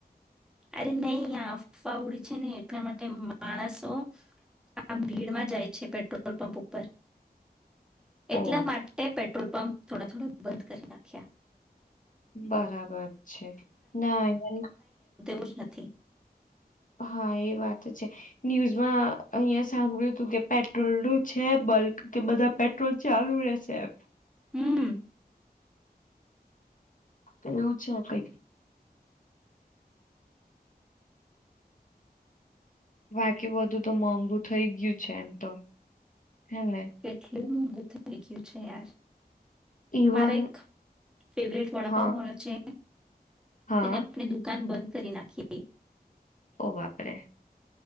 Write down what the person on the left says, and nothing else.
ઓ
બરાબર છે નાય
હા એ વાત છે ન્યૂઝમાં અહિયાં સાંભળ્યું હતું કે પેટ્રોલ નું છે બલ્ક કે બધા પેટ્રોલ ચાલુ રહેશે એમ
એવું છે કઈક બાકી બધું તો મોંઘુ થઈ ગયું છે એમ તો હે ને
ઇવન
હા
હા
ઓ વાપરે